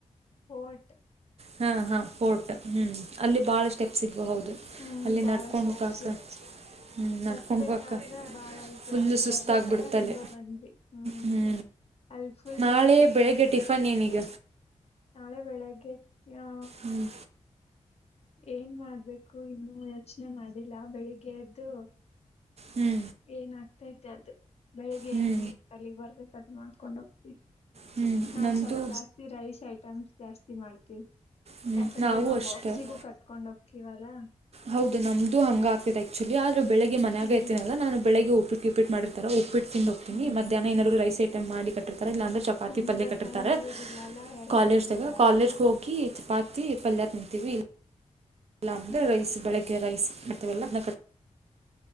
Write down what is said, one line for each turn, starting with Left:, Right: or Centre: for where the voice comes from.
Left: ಪೋರ್ಟ್
Right: ಹಾ ಹಾ ಫೋರ್ಟ್ ಹ್ಮ್ ಅಲ್ಲಿ ಬಾಳ ಸ್ಟೆಪ್ಸ್ ಇದವು ಹೌದು
Left: ಹ್ಮ್
Right: ಅಲ್ಲಿ
Left: ಬಾಳ
Right: ನಡ್ಕೊಂಡು
Left: ಸ್ಟೆಪ್ಸ್
Right: ಹೋಗಾಕ
Left: ಇತ್ತು
Right: ಹ್ಞೂ ನಡ್ಕೊಂಡು
Left: ಹತ್ಬೇಕಾದ್ರ
Right: ಹೋಗಾಕ
Left: ಬಾಳ ಇದು
Right: ಫುಲ್ಲು
Left: ಆಯ್ತು
Right: ಸುಸ್ತಾಗ್ಬಿಡ್ತಲ್ಲಿ
Left: ಬರಬೇಕಾದರೆ ಹೆಂಗೋ ಬಂದ್ವಿ ಹ್ಮ್
Right: ಹ್ಞೂ
Left: ಅಲ್ಲಿ ಫುಲ್
Right: ನಾಳೆ
Left: ನೀರ್ ಬೇಕಾಗಿತ್ತು
Right: ಬೆಳಗ್ಗೆ ಟಿಫನ್ ಏನೀಗ
Left: ನಾಳೆ ಬೆಳಗ್ಗೆ ಹಾ
Right: ಹ್ಞೂ
Left: ಏನ್ ಮಾಡ್ಬೇಕು ಇನ್ನು ಯೋಚನೆ ಮಾಡಿಲ್ಲ ಬೆಳಿಗ್ಗೆಯದ್ದು
Right: ಹ್ಞೂ
Left: ಏನ್ ಆಗ್ತೈತಿ ಅದ್ ಬೆಳಿಗ್ಗೆ
Right: ಹ್ಞೂ
Left: ಏನ್ ತಲೆಗ್ ಬರ್ದೈತೆ ಅದ್ ಮಾಡ್ಕೊಂಡ್ ಹೋಗ್ತಿವಿ
Right: ಹ್ಞೂ
Left: ನಾವು
Right: ನಂದು
Left: ಸ್ವಲ್ಪ ಜಾಸ್ತಿ ರೈಸ್ ಐಟಮ್ಸ್ ಜಾಸ್ತಿ ಮಾಡ್ತೀವಿ.
Right: ಹ್ಞೂ
Left: ಯಾಕಂದ್ರೆ ನಾವು
Right: ಅಷ್ಟೇ
Left: ಬಾಕ್ಸಿಗೂ ಕಟ್ಕೊಂಡ ಹೋಗತೀವಲ್ಲಾ
Right: ಹೌದು ನಮ್ದು ಹಂಗ ಆಗ್ತಿದೆ ಆಕ್ಚುಲಿ ಆದ್ರೆ ಬೆಳಗೆ ಮನಿಯಾಗ
Left: ಹಿಂಗ
Right: ಇರ್ತೀನಲ್ಲ ನಾನು ಬೆಳಗ್ ಉಪ್ಪಿಟ ಗಿಪ್ಪಿಟ್ಟು ಮಾಡಿರುತ್ತಾರ ಉಪ್ಪಿಟ್ಟ ತಿಂದು ಹೋಗ್ತಿನಿ,
Left: ಹ್ಮ್
Right: ಮಧ್ಯಾಹ ಏನಾದ್ರೂ ರೈಸ ಐಟಂ ಮಾಡಿ ಕಟ್ಟಿತಾರ ಇಲ್ಲ ಅಂದ್ರ ಚಪಾತಿ
Left: ನಮ್ಗ
Right: ಪಲ್ಯೆ ಕಟ್ಟಿರ್ತಾರ
Left: ಟೈಮ್ ಇರುದಿಲ್ಲಲ್ಲ
Right: ಹ
Left: ಎರಡ್
Right: ಕಾಲೇಜ್ದಾಗ
Left: ಎರಡ್ ಮಾಡಾಕ
Right: ಕಾಲೇಜ್ಗೆ ಹೋಗಿ ಕಿ ಚಪಾತಿ ಪಲ್ಯ ತಿಂತೀವಿ ನಮ್ದು
Left: ಹ್ಮ್
Right: ರೈಸ್ ಬೆಳಗ್ಗೆ ರೈಸ್ ಮತ್ತವೆಲ್ಲ ಅದನೆ ಕ